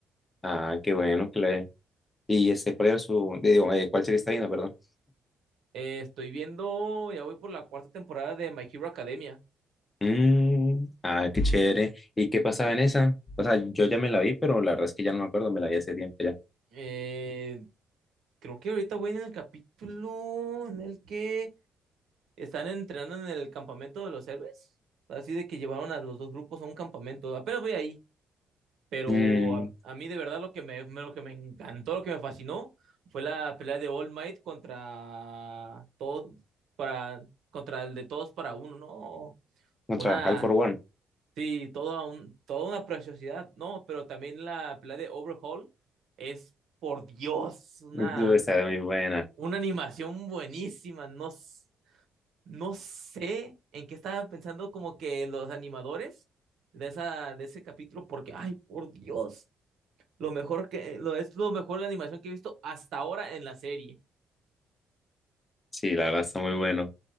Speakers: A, on the left; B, on the right.
A: Ah, qué bueno, que le... Y este, ¿cuál era su... de Digo, eh, ¿cuál serie está viendo, perdón?
B: Eh, estoy viendo, ya voy por la cuarta temporada de My Hero Academia.
A: Mm, ah, qué chévere. ¿Y qué pasaba
B: <laughs>
A: en esa? O sea, yo ya me la vi, pero la verdad es que ya no me acuerdo, me la vi hace tiempo ya.
B: Eh, creo que ahorita voy en el capítulo en el que están entrenando en el campamento de los héroes. Así de que llevaron a los dos grupos a un campamento. Apenas voy ahí, pero
A: Mm,
B: a, a mí de verdad lo que me, me- lo que me encantó, lo que me fascinó, fue la pelea de All Might contra todos, para, contra el de todos para uno, ¿no?
A: otra,
B: Una,
A: All for One.
B: sí, toda, un, toda una preciosidad, ¿no? Pero también la pelea de Overhaul es, por Dios, una,
A: Yo, Está muy buena.
B: una animación buenísima, no, s- no sé en qué estaban pensando como que los animadores de esa, de ese capítulo, porque, ay, por Dios, lo mejor que, lo, es lo mejor la animación que he visto hasta ahora en la serie.
A: Sí, la verdad está muy bueno.